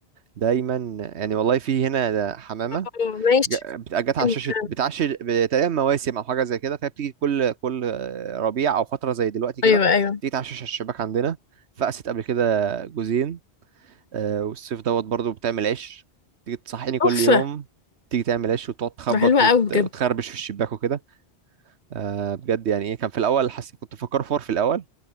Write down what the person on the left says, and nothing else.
آه، <laughs> ماشي
حلو
فعلا.
أيوه
أيوه
تحفة
ده حلوة
قوي بجد